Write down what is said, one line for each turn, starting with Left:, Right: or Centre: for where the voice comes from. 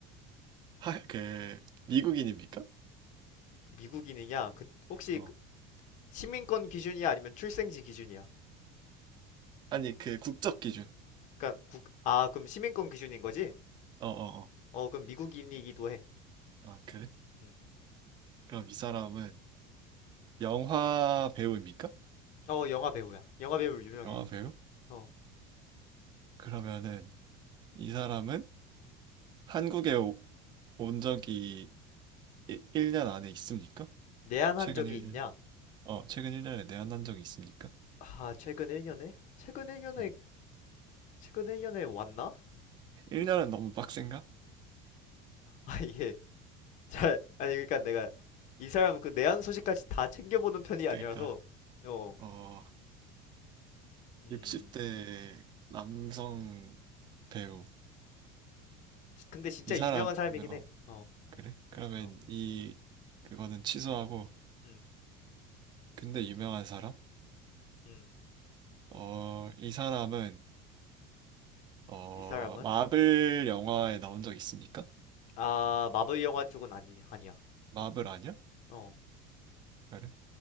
Right: <laughs> 하, 그 미국인입니까?
Left: 미국인이냐? 그, 혹시
Right: 어.
Left: 시민권 기준이야 아니면 출생지 기준이야?
Right: 아니, 그 국적 기준.
Left: 그러니까 국, 아, 그럼 시민권 기준인 거지?
Right: 어, 어, 어.
Left: 어, 그럼 미국인이기도 해.
Right: 아, 그래?
Left: 응.
Right: 그럼 이 사람은 영화 배우입니까?
Left: 어, 영화 배우야. 영화 배우 유명해.
Right: 영화 배우?
Left: 어,
Right: 그러면은 이 사람은 한국에 오- 온 적이 1년 안에 있습니까?
Left: 내한한
Right: 최근
Left: 적이
Right: 1년?
Left: 있냐?
Right: 어, 최근 1년에 내한한 적이 있습니까?
Left: 아, 최근 1년에? 최근 1년에
Right: 음.
Left: 최근 1년에 왔나?
Right: 1년은 너무 빡센가?
Left: 아, 이게 잘 아니 그러니까 내가 이 사람 그 내한 소식까지 다 챙겨보는 편이 아니라서
Right: 그러니까
Left: 어,
Right: 어,
Left: 음,
Right: 60대 남성 배우.
Left: 근데 진짜
Right: 이 사람,
Left: 유명한 사람이긴
Right: 어,
Left: 해. 어,
Right: 그래? 그러면
Left: 어,
Right: 이, 그거는 취소하고,
Left: 음,
Right: 근데 유명한 사람?
Left: 음,
Right: 어, 이 사람은, 어,
Left: 이 사람은
Right: 마블 영화에 나온 적 있습니까?
Left: 아 마블 영화 쪽은 아니 아니야.
Right: 마블 아니야?
Left: 어.
Right: 그래?